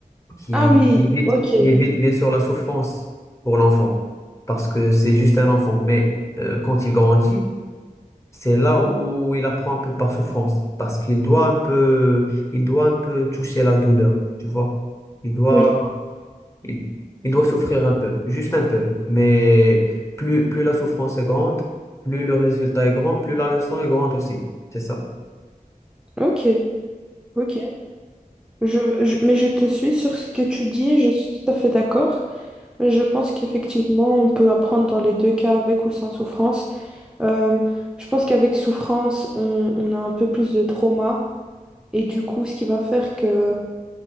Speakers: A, on the left; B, in the centre.
A: qui,
B: Ah oui,
A: qui évite,
B: ok.
A: qui évite bien sûr la souffrance pour l'enfant, parce que c'est juste un enfant. Mais euh, quand il grandit, c'est là où il apprend un peu par souffrance, parce qu'il doit un peu, il doit un peu toucher la douleur, tu vois. Il doit,
B: Oui,
A: il, il doit souffrir un peu, juste un peu. Mais plus, plus la souffrance est grande, plus le résultat est grand, plus la leçon est grande aussi. C'est ça.
B: ok. Ok. Je, je- Mais je te suis sur ce que tu dis, je suis tout à fait d'accord. Je pense qu'effectivement, on peut apprendre dans les deux cas, avec ou sans souffrance. Euh, je pense qu'avec souffrance, on, on a un peu plus de trauma. Et du coup, ce qui va faire que